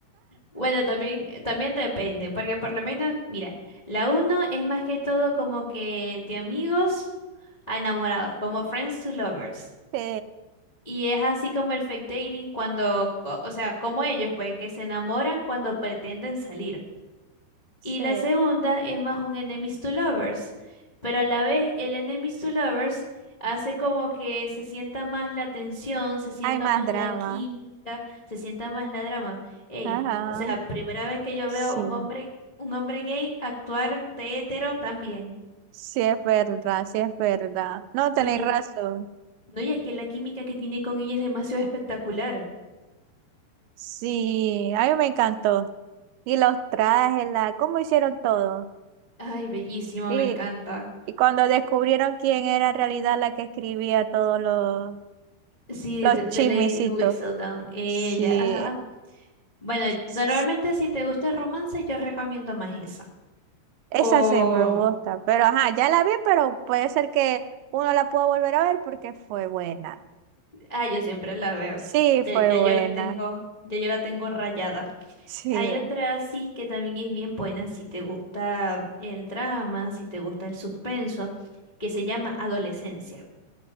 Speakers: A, on the left; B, on the right.
A: Bueno, también, eh, también depende, porque por lo menos, mira, la uno es más que todo como que de amigos a enamorados, como Friends to Lovers.
B: Sí,
A: Y es así como el fake dating cuando, co- o sea, como ellos, pues, que se enamoran cuando pretenden salir.
B: sí.
A: Y la segunda es más un enemies to lovers, pero a la vez el enemies to lovers hace como que se sienta más la tensión, se sienta
B: Hay más
A: más
B: drama.
A: la química, se sienta más la drama. Ey,
B: Ajá.
A: o sea, primera vez que yo
B: Sí,
A: veo un hombre, un hombre gay actuar de hetero también,
B: sí, es verdad, sí, es verdad. No tenéis
A: porque
B: razón.
A: no, y es que la química que tiene con ella es demasiado espectacular.
B: Sí, a mí me encantó. Y los trajes, la, cómo hicieron todo.
A: Ay, bellísimo,
B: y
A: me encanta.
B: y cuando descubrieron quién era en realidad la que escribía todos los,
A: Sí,
B: los
A: de,
B: chismicitos.
A: de Lady Whistledown, ella,
B: Sí,
A: ajá. Bueno,
B: s-
A: normalmente si te gusta el romance, yo recomiendo más esa.
B: esa
A: O,
B: sí me gusta, pero ajá, ya la vi, pero puede ser que uno la pueda volver a ver porque fue buena.
A: ah, yo siempre la veo.
B: Sí,
A: Ya,
B: fue
A: ya
B: buena.
A: yo la tengo, ya yo la tengo rayada.
B: Sí.
A: Hay otra sí que también es bien buena si te gusta el drama, si te gusta el suspenso, que se llama Adolescencia.